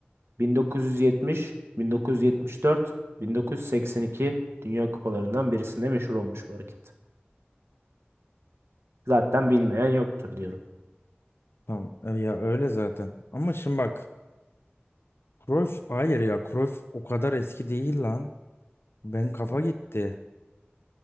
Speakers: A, on the right (about 80°); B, on the left (about 70°).
A: 1970, 1974, 1982 Dünya Kupalarından birisinde meşhur olmuş bu hareket. Zaten bilmeyen yoktur diyorum.
B: Tamam e, ya öyle zaten. Ama şimdi bak Cruyff hayır ya Cruyff o kadar eski değil lan. Ben kafa gitti.